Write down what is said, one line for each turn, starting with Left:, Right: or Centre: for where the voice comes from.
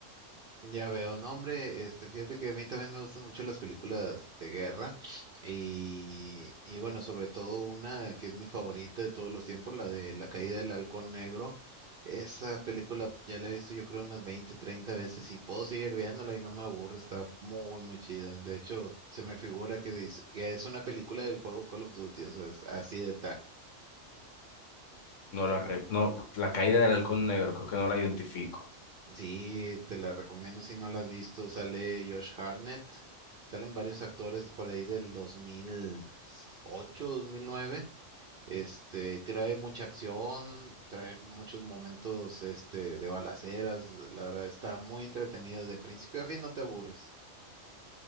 Right: Ya veo, no, hombre, este, fíjate que a mí también me gustan mucho las películas de guerra y, y bueno, sobre todo una que es mi favorita de todos los tiempos, la de La caída del Halcón Negro. Esa película ya la he visto yo creo unas 20, 30 veces y puedo seguir viéndola y no me aburre, está muy, muy chida. De hecho, se me figura que dice, que es una película del juego Call of Duty, o sea, es así de
Left: No la re- no, la caída del halcón negro, creo que no la identifico.
Right: Sí, te la recomiendo si no la has visto. Sale Josh Hartnett, salen varios actores por ahí del 2008, 2009. Este, trae mucha acción, trae muchos momentos, este, de balaceras. La verdad está muy entretenido De principio a fin no te aburres.